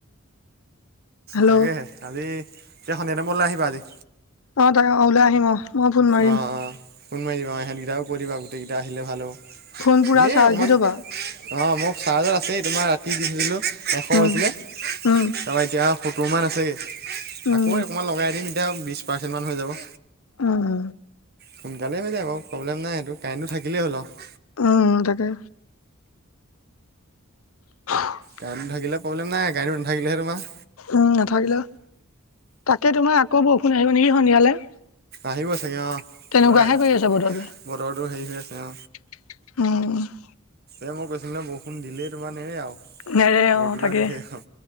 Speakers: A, on the left (about 85°); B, on the right (about 50°).
A: হেল্ল'
B: তাকেহে আজি এতিয়া স এ নমৰলৈ আহিবা আজি
A: অ তাকে অ ওলাই আহিম অ মই ফোন মাৰিম
B: অঁ অঁ ফোন মাৰিবা অ ইহঁতকেইটাও ক দিবা গোটেইকেইটা আহিলে ভাল হ'ব
A: ফোন পুৰা
B: এনে
A: চাৰ্জ
B: অকমান
A: দি থবা
B: অ মোৰ চাৰ্জত আছে তোমাৰ ৰাতি দি থুছিলো এশ হৈছিলে
A: উম
B: তাৰপৰা
A: উম
B: এতিয়া সত্তৰ মান আছেগে
A: উম
B: আকৌ অকণমান লগাই দিমেকি এতিয়া বিশছ পাৰ্চেণ্টমান হৈ যাব
A: অ
B: সোনকালেই মিল আক প্ৰব্লেম নাই সটো কাৰেণ্টো থাকিলেই হ'ল আৰু
A: উম ত তাকে <inaudible>
B: গড়ীটো থিলে প্ৰব্লে নাইাডীটো নাথিলে তমাৰ
A: উম নাথাকিলে তাকে তোমাৰ আকৌ বৰষুণ আহিব নেকি সন্ধিয়ালে
B: আহিব চাগে অ
A: তেনেকুৱাহে
B: পুৰা
A: কৰি
B: বতৰটো
A: আছে বতৰটোৱে
B: হেৰি হৈ আছে অ
A: <unintelligible>
B: এ মই কৈছিলো নে বৰষুণ দিলেই তোৰ এ আৰু
A: নেৰে অ
B: ৰেগুলাৰ
A: তাকে
B: দি থ অ